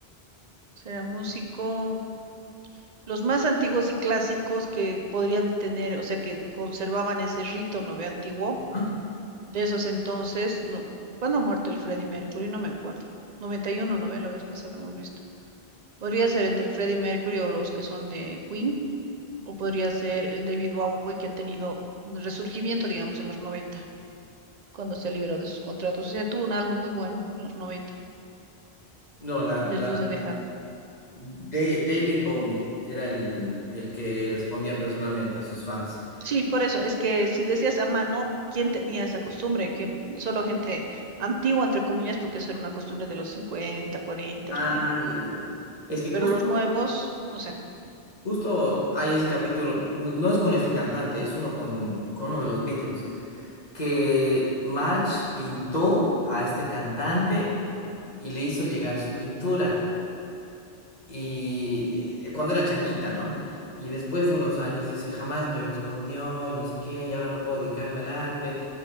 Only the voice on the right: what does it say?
será músico. Los más antiguos y clásicos que podrían tener, o sea, que conservaban ese rito, ¿no ve? Antiguo,
de esos entonces, no, ¿cuándo ha muerto el Freddie Mercury? No me acuerdo. 91, ¿no ve? La vez pasada hemos visto. Podría ser entre el Freddie Mercury o los que son de Queen, o podría ser el David Bowie que ha tenido un resurgimiento, digamos, en los noventa. cuando se liberó de sus contratos. Ese tuvo un álbum muy bueno en los noventa.
después
de dejar.
Sí, por eso, es que si decías a mano, ¿quién tenía esa costumbre? ¿Quién? Solo gente antigua, entre comillas, porque eso era una costumbre de los 50, 40,
¿no? ve?
Pero los nuevos, no sé.